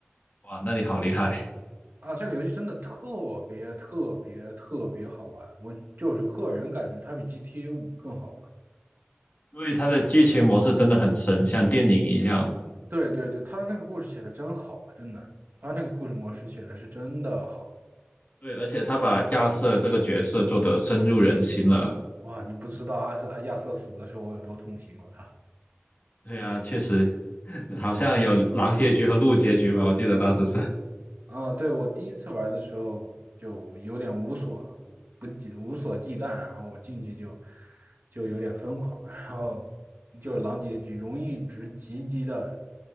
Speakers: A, on the left; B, on the right.
A: 哇，那你好厉害！
B: 啊！这个游戏真的特别特别特别好玩，我就是个人感觉它比 GTA 五更好玩。
A: 因为它的剧情模式真的很神，像电影一样。
B: 对对对，他的那个故事写的真好啊，真的，他那个故事模式写的是真的好
A: 对，而且他把亚瑟这个角色做得深入人心了，
B: 哇！你不知道阿瑟亚瑟死的时候我有多痛心，我操！
A: 对啊，确实，好像有狼结局和鹿结局吧？我记得当时是，<laughs>
B: 啊，对，我第一次玩的时候就有点无所无不忌无所忌惮，然后我进去就就有点疯狂，然后就是狼结局，荣誉值极低的